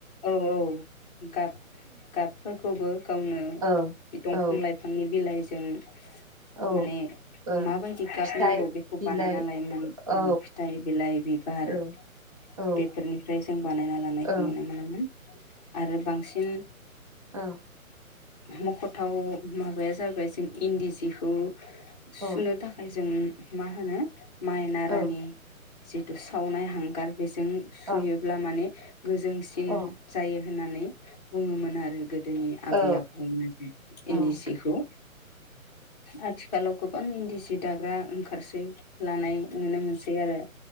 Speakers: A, on the left; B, on the right.
A: औ औ गाब गाबफोरखौबो गावनो
B: औ
A: दंफां
B: औ
A: लाइफांनि बिलाइ जों
B: औ
A: माने
B: ओ
A: माबायदि गाबनांगौ
B: फिथाइ
A: बेखौ
B: बिलाइ
A: बानायना लायोमोन
B: औ
A: फिथाइ बिलाइ बिबार
B: औ औ
A: बेफोरनिफ्राय जों बानायना लानायखौ
B: औ
A: नुनो मोनो। आरो बांसिन
B: औ
A: मख'थाव माबाया जाबाय जों इन्दि जिखौ सुनो
B: औ
A: थाखाय जों माहोनो माइनारानि
B: औ
A: जिथु सावनाय हांगार बेजों सुयोब्ला
B: औ
A: माने गोजों सिन
B: औ
A: जायो होननानै बुङोमोन आरो गो दोनि आबै
B: औ
A: आबौ मोना इन्दि
B: औ
A: जिखौ आथि खालाव गोबां इन्दि जि दाग्रा ओंखारसै। लानाय नुनो मोनसै आरो